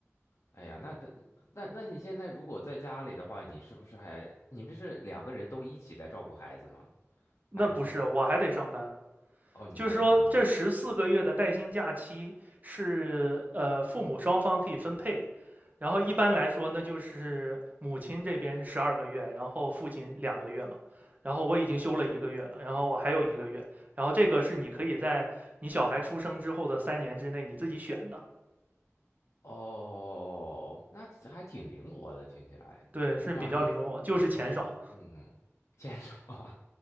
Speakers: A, on the left (about 60°); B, on the right (about 30°).
A: 哎呀，那那那那你现在如果在家里的话，你是不是还你们是两个人都一起在照顾孩子吗？
B: 那不是，
A: 还是说
B: 我还得上班。
A: 哦你还在上班？
B: 就是说，这十四个月的带薪假期是呃父母双方可以分配，然后一般来说呢，就是母亲这边是十二个月，然后父亲两个月嘛。然后我已经休了一个月了，然后我还有一个月，然后这个是你可以在你小孩出生之后的三年之内你自己选的，
A: 哦，那还挺灵活的，听起来。
B: 对，是比较灵活，
A: 这样有有什么事情？
B: 就是钱少，
A: 嗯，牵手啊，